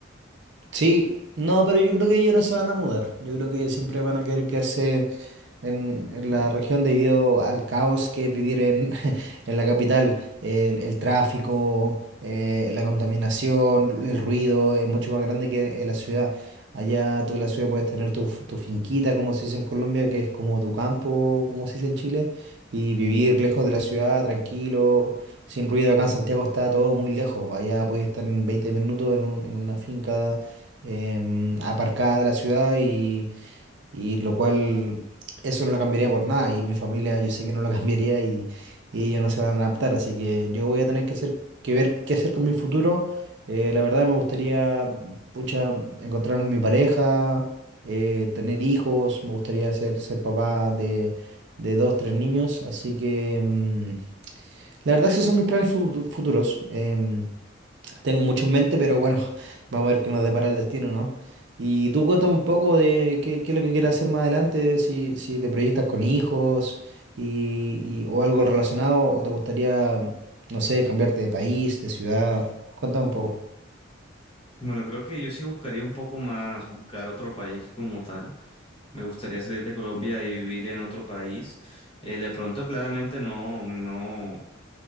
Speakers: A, on the right; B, on the left.
A: Sí, no, pero yo creo que ellos no se van a mudar. Yo creo que siempre van a querer quedarse en, en la región debido al caos que es vivir en, <laughs> en la capital. El, el tráfico, eh, la contaminación, el ruido es mucho más grande que en la ciudad. Allá tú en la ciudad puedes tener tu, f- tu finquita, como se dice en Colombia, que es como tu campo, como se dice en Chile, y vivir lejos de la ciudad, tranquilo sin ruido. Acá en Santiago está todo muy lejos. Allá puedes estar en 20 minutos en un- en una finca em, aparcada de la ciudad y, y lo cual eso no lo cambiaría por nada y mi familia yo sé que no lo <laughs> cambiaría y, y ellos no se van a adaptar, así que yo voy a tener que hacer, que ver qué hacer con mi futuro. Eh, la verdad me gustaría, pucha, encontrar mi pareja, eh, tener hijos, me gustaría ser, ser papá de, de dos, tres niños, así que... mm, La verdad, esos son mis planes fu- futuros. Em, tengo mucho en mente, pero bueno, <laughs> vamos a ver qué nos depara el destino, ¿no? Y tú cuéntame un poco de qué, qué es lo que quieres hacer más adelante, si, si te proyectas con hijos y, y- o algo relacionado, o te gustaría, no sé, cambiarte de país, de ciudad. Cuéntame un poco.
B: Bueno, creo que yo sí buscaría un poco más buscar otro país como tal. Me gustaría salir de Colombia y vivir en otro país. Eh, de pronto, claramente no, no